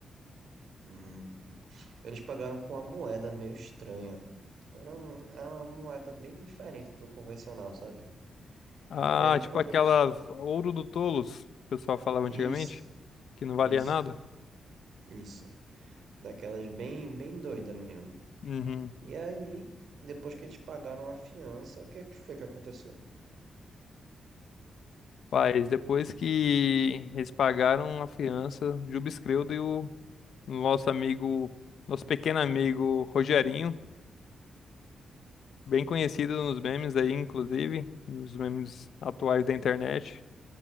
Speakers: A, on the right; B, on the left.
A: Hum, eles pagaram com uma moeda meio estranha. Era, um- era uma moeda bem diferente do convencional, sabe?
B: Ah,
A: E aí quando
B: tipo aquelas
A: eles.
B: ouro do tolos, que o pessoal falava
A: Isso,
B: antigamente, que não
A: isso,
B: valia nada?
A: isso. Daquelas bem, bem doida mesmo.
B: Uhum.
A: E aí, depois que eles pagaram a fiança, o que é que foi que aconteceu?
B: Faz, depois que eles pagaram a fiança, o Juba Escrevdo e o nosso amigo, nosso pequeno amigo Rogerinho, bem conhecido nos memes aí, inclusive, nos memes atuais da internet.